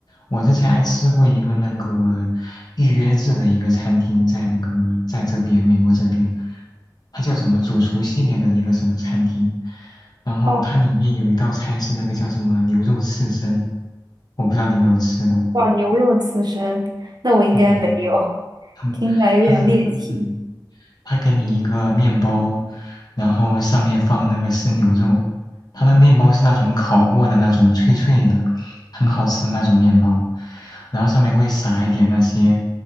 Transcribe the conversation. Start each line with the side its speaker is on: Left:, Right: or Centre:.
Left: 我之前还吃过一个那个预约制的一个餐厅，在那个在这边美国这边，它叫什么主厨系列的一个什么餐厅，然后它里面有一道菜是那个叫什么牛肉刺身，
Right: 哦，
Left: 我不知道你有没有吃过。
Right: 哇，牛肉刺身，那我应该没有，
Left: 对对对，<laughs>
Right: 听起来有点猎奇。
Left: 它是嗯他给你一个面包，然后上面放那个生牛肉，他那个面包是那种烤过的那种脆脆的，很好吃的那种面包，然后上面会撒一点那些